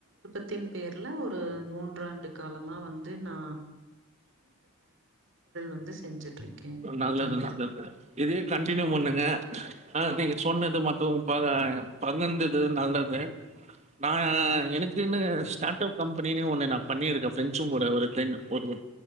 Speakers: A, on the right (about 55°); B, on the right (about 30°).
A: த்தின் பேர்ல ஒரு மூன்றாண்டு காலமா வந்து நா வந்து செஞ்சுட்ருக்கேன்
B: நல்லது
A: தம்பி.
B: நல்லது இதே கண்டினியூ பண்ணுங்க ஆ நீங்க சொன்னது மட்டூ பகா பகிர்ந்துது நல்லது நா எனக்குன்னு ஸ்டாட் அப் கம்பெனினே ஒன்னு நா பண்ணிருக்கே ஃபரென்சூங் கூட ஒரு டைம் ஒர் ஒர்